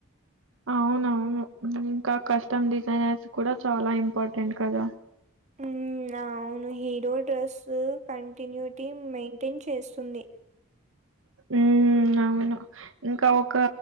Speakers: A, on the right; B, on the right.
A: అవునవును ఇంక కస్టమ్ డిజైనర్స్ కూడ చాలా ఇంపార్టెంట్ కద
B: ఉ ఔను హీరో డ్రెస్సు కంటిన్యుటి మెయింటైన్ చేస్తుంది
A: ఉ ఔను ఇంక ఒక